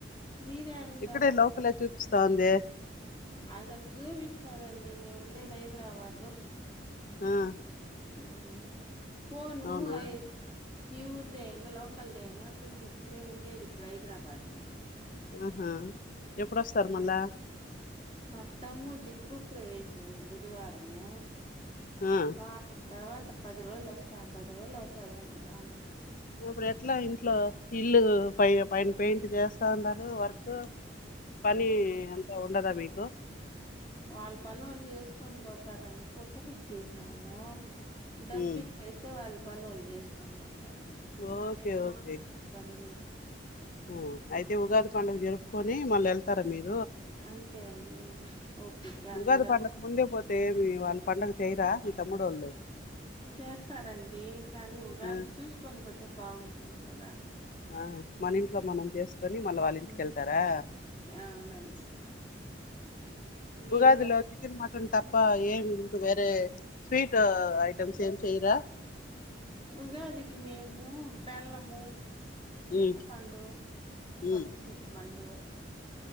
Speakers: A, on the left; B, on the left.
A: మీరేడుండారు
B: ఇక్కడే లోకలే చూపిస్తాంది
A: అదట్టా చూపిస్తదండి మేము ఉండేది హైదరాబాద్ లో
B: ఆ
A: ఉహ్ ఫోను
B: అవునా
A: ఐ ఈ ఊరిదేనా లోకల్దేనా చూపి మేము ఉండేది ఇప్పుడు హైదరాబాద్ లో అండి
B: ఆహా ఎప్పుడోస్తారు మళ్ళా
A: మా తమ్ముడిది గ్రూప్రవేశం ఉంది బుదవారము
B: ఆ
A: వ తర్వాత పది రోజులు వస్త పది రోజులు అవుతదండి రాను త
B: ఇప్పుడు ఎట్ల ఇంట్లో ఇల్లు పై పైన పెయింట్ చేస్తాఉండారు వర్క్ పని ఎంత ఉండద మీకు కు
A: వాళ్ళు పనోళ్లు చేసుకొని పోతారండి గుత్తకి ఇచ్చేసినాము డబ్బిగే
B: ఉమ్.
A: స్తే వాళ్ళు పనొలు చేసుకొని పో తారండి
B: ఓకే
A: మనం ఏం చూడాల్సిన
B: ఓకే
A: పని లేదు
B: ఆ అయితే ఉగాది పండుగ జరుపుకొని మళ్ళీ ఎళ్తారా మీరు
A: అంతే అండి మేము ఓపికగా అందరం
B: ఉగాది పండుగ ముందే పోతే ఏమి వాళ్ళు పండుగ చేయరా మీ తమ్ముడోళ్ళు
A: చేస్తారండి కానీ ఉగాది
B: ఆ
A: చూసుకొని పోతే బాగుంటుంది టి కదా
B: ఆ మన ఇంట్లో
A: హ్మ్.
B: మనం చేసుకొని మళ్ళ వాళ్ళ
A: హ్మ్.
B: ఇంటికి వెళ్తారా
A: అవునండి మీరు
B: ఉగాదిలో
A: కూడా
B: చికెన్ మటన్ త ప ఏం వేరె స్వీట్ ఐటమ్స్ ఏం చేయరా
A: ఉగాదికి మేము బెల్లము చింతపండు
B: ఉమ్,
A: కొత్త
B: ఉమ్.
A: చింతపండు